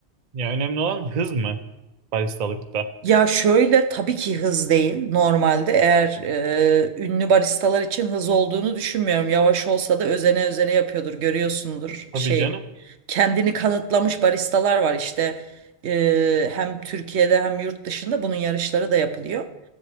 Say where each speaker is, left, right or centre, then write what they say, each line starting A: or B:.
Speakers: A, on the right; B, on the right.
A: Ya önemli olan hız mı baristalıkta?
B: Ya şöyle tabii ki hız değil normalde eğer e, ünlü baristalar için hız olduğunu düşünmüyorum. Yavaş olsa da özene özene yapıyordur görüyorsundur
A: Tabii
B: şey
A: canım.
B: kendini kanıtlamış baristalar var işte E, hem Türkiye'de hem yurt dışında bunun yarışları da yapılıyor.